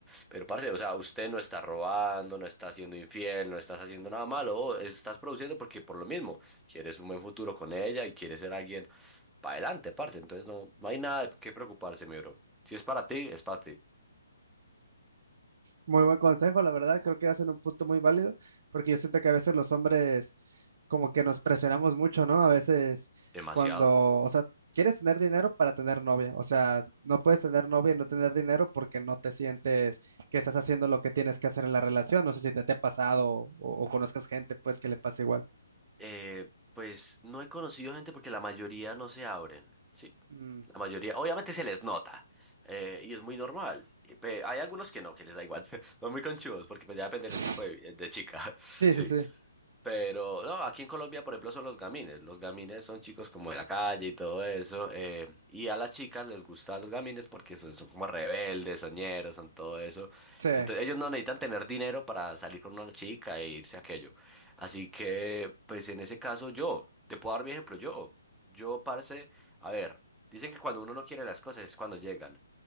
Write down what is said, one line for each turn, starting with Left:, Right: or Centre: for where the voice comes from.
Centre: Pero, parce, o sea, usted no está robando, no está siendo infiel, no estás haciendo nada malo, o estás produciendo porque por lo mismo quieres un buen futuro con ella y quieres ser alguien para adelante, parce. Entonces no, no hay nada de qué preocuparse, mi bro. Si es para ti, es para ti.
Right: Muy buen consejo, la verdad. Creo que hacen un punto muy válido, porque yo siento que a veces los hombres como que nos presionamos mucho, ¿no? A veces
Centre: Demasiado.
Right: cuando, o sea, quieres tener dinero para tener novia. O sea, no puedes tener novia y no tener dinero porque no te sientes que estás haciendo lo que tienes que hacer en la relación. No sé si te, te ha pasado o, o conozcas gente, pues, que le pasa igual.
Centre: Eh, pues no he conocido gente porque la mayoría no se abren, sí.
Right: Mm.
Centre: La mayoría, obviamente se les nota eh, y es muy normal. Eh, pe- Hay algunos que no, que les da igual. <laughs> Son muy conchudos porque pues ya depende
Right: Sí,
Centre: del tipo de, de chica. <laughs>
Right: sí,
Centre: Sí.
Right: sí,
Centre: Pero no, aquí en Colombia, por ejemplo, son los gamines. Los gamines son chicos como de la calle y todo eso. eh, y a las chicas les gustan los gamines porque pues, son como rebeldes, soñeros, son todo eso.
Right: sí.
Centre: Entonces ellos no necesitan tener dinero para salir con una chica e irse a aquello. Así que, pues en ese caso yo, te puedo dar mi ejemplo, yo. Yo, parce, a ver, dicen que cuando uno no quiere las cosas es cuando llegan.